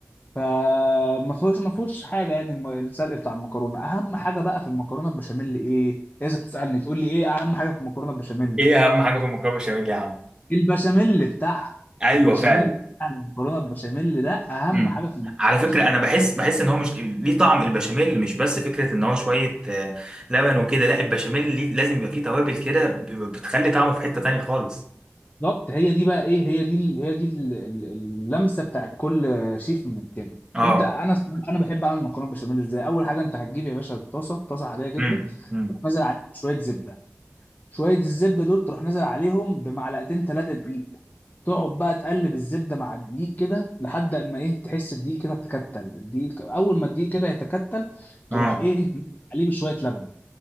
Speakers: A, on the left; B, on the right.
A: فما فيهوش ما فيهوش حاجه يعني الم- السلق بتاع المكرونه اهم حاجه بقى في المكرونه البشاميل ايه إيه اذا بتسالني تقول لي ايه اهم حاجه في المكرونه البشاميل
B: ايه اهم حاجه في المكرونه بشاميل يا عم
A: البشاميل بتاعها
B: ايوه
A: البشاميل
B: فعلا
A: بتاع المكرونه البشاميل ده اهم
B: مم.
A: حاجه في المكرونه
B: على
A: البشاميل
B: فكرة أنا بحس بحس إن هو مش ليه طعم البشاميل مش بس فكرة إن هو شوية آه، لبن وكده لا البشاميل ليه لازم يبقى فيه توابل كده ب- بتخلي طعمه في حتة تانية خالص
A: بالظبط هي دي بقى ايه هي دي ال- هي دي ال- ال- اللمسه بتاع كل شيف من التاني
B: أه
A: انت انا انا بحب اعمل مكرونه بشاميل ازاي اول حاجه انت هتجيب يا باشا الطاسه طاسه عاديه جدا
B: مم. مم.
A: تروح نازل عليها شويه زبده شويه الزبده دول تروح نازل عليهم بمعلقتين ثلاثه دقيق تقعد بقى تقلب الزبده مع الدقيق كده لحد اما ايه تحس الدقيق كده تكتل الدقيق ك- اول ما الدقيق كده يتكتل تروح
B: أه
A: ايه عليه بشويه لبن